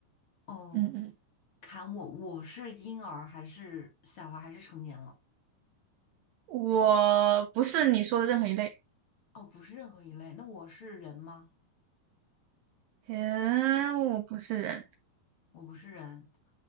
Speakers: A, on the left; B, on the right.
A: 哦，
B: 嗯嗯，
A: 砍我，我是婴儿还是小孩还是成年了？
B: 我不是你说的任何一类，
A: 哦，不是任何一类。那我是人吗？
B: 嗯，我不是人，
A: 我不是人。